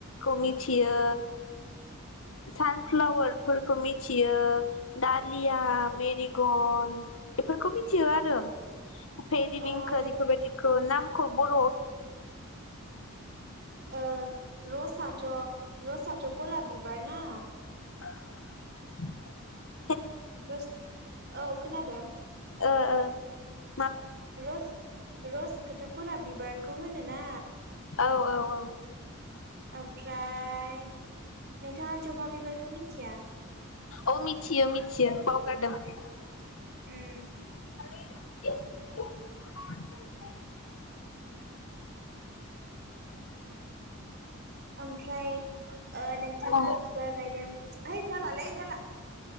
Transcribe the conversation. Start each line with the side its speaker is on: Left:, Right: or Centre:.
Left: खौ मिथियो सानफ्लारफोरखौ मित थियो दालिया मेरिगल बेफोरखौ मिथियो आरो <unintelligible>
Right: ओ
Left: खो
Right: अ नों
Left: बेफोरबायदिखो नाम ख'ख बर
Right: ओ लसाथ' रसाथ' गलाब बिबार ना?
Left: <inaudible>
Right: रोसत औ खोनादों ।
Left: ओ ओ ।
Right: रस रस खोथ गलाब बिबारखौ होनोना?
Left: औ औ औ ।
Right: ओमफ्राय नों था ज'बा बिबारखो मिथिया
Left: औ मिथियो मिथियो बावगारदों ।
Right: उम
Left: <unintelligible>
Right: ओमफ्राय ओ नोंथाङा
Left: औ
Right: बिबार गायनोम है जालालै जाला ।